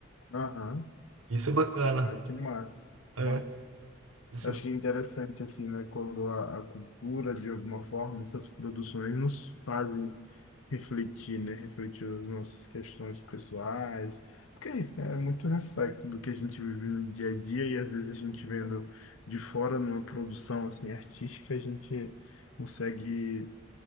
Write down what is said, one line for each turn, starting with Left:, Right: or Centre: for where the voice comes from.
Left: Aham.
Right: Isso é bacana.
Left: Ah, que massa.
Right: É,
Left: massa.
Right: isso
Left: Eu acho
Right: é
Left: que é interessante, assim, né, quando a, a cultura, de alguma forma, essas produções nos fazem refletir, né, refletir as nossas questões pessoais, porque é isso, né, é muito reflexo do que a gente vive no dia a dia e às vezes a gente vendo de fora numa produção, assim, artística, a gente consegue